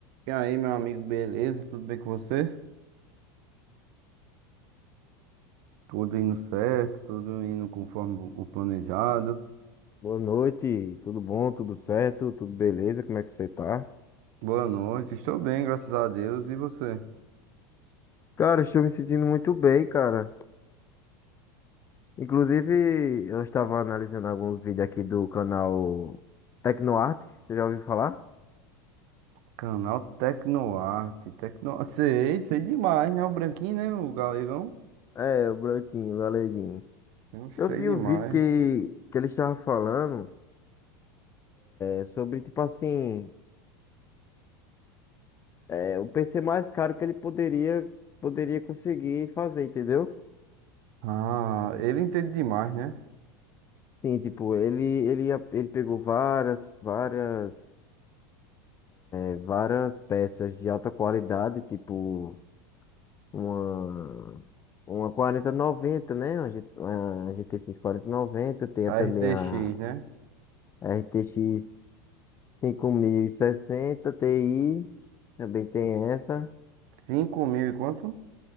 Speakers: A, on the right (about 55°); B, on the left (about 25°).
A: E aí, meu amigo, beleza? Tudo bem com você? Tudo indo certo, tudo indo conforme o planejado.
B: Boa noite, tudo bom, tudo certo, tudo beleza, como é que você tá?
A: Boa noite, estou bem, graças a Deus. E você?
B: Cara, estou me sentindo muito bem, cara. Inclusive, eu estava analisando alguns vídeos aqui do canal Tecnoarte, você já ouviu falar?
A: Canal Tecnoarte, Tecno... Sei, sei demais, né? O branquinho, né? O galegão.
B: É, o Branquinho, o Aleguinho.
A: Hum, Sei
B: Eu vi
A: demais.
B: um vídeo que, que ele estava falando é, sobre, tipo assim, é, o PC mais caro que ele poderia, poderia conseguir fazer, entendeu?
A: Ah, ele entende demais, né?
B: Sim, tipo, ele, ele, ele pegou várias, várias. é, várias peças de alta qualidade, tipo uma, uma quarenta e noventa né? Uma, G- uma GTX noventa tem
A: A
B: também
A: RTX,
B: a
A: né?
B: r t x cinco mil RTX 5060 Ti, também tem essa,
A: cinco mil e quanto?